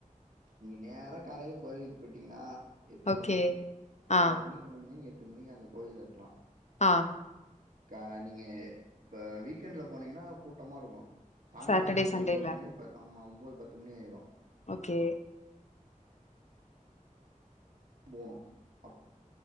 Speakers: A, on the right; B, on the left.
A: நீங் நேரா காலைல கோயிலுக்கு போயிட்டீங்கனா எட்டு
B: ஓகே
A: மணி
B: ஆ
A: ஆறு மணி கெளம்னிங்க எட் டு மணிக்கு அங்க ‌கோயில்ல இருக்கலா
B: ஆ
A: கா நீங்க இப்ப வீக்என்ட்ல போனீங்கனா கூட்டமா இருக்கு சாமி
B: சாட்டர்டே
A: பாக்கத்துக்கே
B: சண்டேல
A: ஒம்போது மணி ப ஆ மா ஒம்போது பத்து மணி ஆயிரு
B: ஓகே
A: போணு அப்